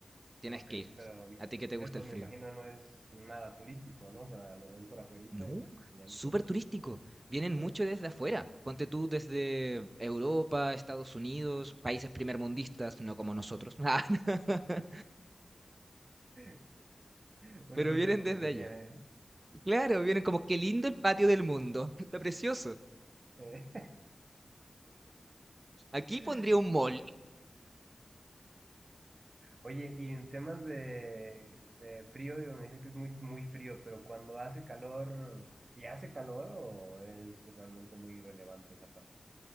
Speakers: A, on the right; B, on the right.
A: tienes
B: ok,
A: que ir.
B: pero
A: A ti que te
B: eso
A: gusta el
B: me
A: frío.
B: imagino no es nada turístico, ¿no? O sea, lo ven por afuerita
A: No,
B: y, y ahí
A: súper
B: quedó.
A: turístico. Vienen
B: ¿Sí?
A: mucho desde afuera. Ponte tú desde Europa, Estados Unidos, países primermundistas, no como nosotros, <laughs>
B: <laughs> Una
A: pero
B: lucha
A: vienen
B: por
A: desde
B: lo que
A: allá.
B: tiene.
A: Claro, vieron como qué lindo el patio del mundo, <laughs> está precioso.
B: ¿eh?
A: Aquí
B: <laughs>
A: pondría un mall.
B: Oye, y en temas de, de frío, digo, me dice que es muy, muy frío, pero cuando hace calor, ¿si hace calor o es realmente muy irrelevante esa parte?